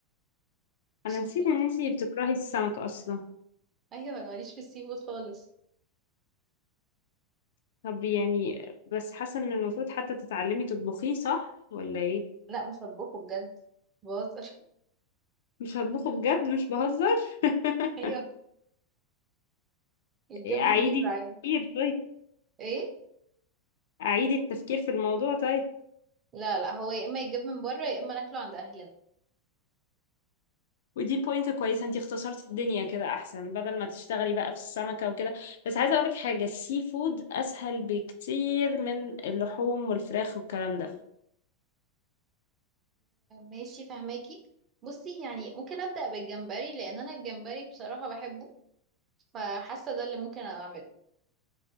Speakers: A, on the left; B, on the right.
A: أنا
B: <laughs> مش مستوعبة.
A: نسيت إن انتي بتكرهي السمك أصلا
B: ايوه انا ماليش في السي فود خالص
A: طب يعني بس حاسة إن المفروض حتى تتعلمي تطبخيه صح ولا إيه؟
B: لا مش هطبخه بجد بهزر
A: مش هطبخه بجد مش بهزر <laughs>
B: <laughs> ايوه يتجاب
A: اعيدي
B: من بره
A: التفكير
B: عادي
A: طيب
B: ايه
A: اعيدي التفكير في الموضوع طيب
B: لا لا هو يا اما يتجاب من بره يا اما ناكله عند اهلنا
A: ودي بوينت كويسه انتي اختصرتي الدنيا كده احسن بدل ما تشتغلي بقى في السمكه وكده بس عايزه اقولك حاجه السي فود اسهل بكتير من اللحوم والفراخ والكلام ده
B: ماشي فهماكي بصي يعني ممكن ابدا بالجمبري لان انا الجمبري بصراحه بحبه فحاسه ده اللي ممكن اعمله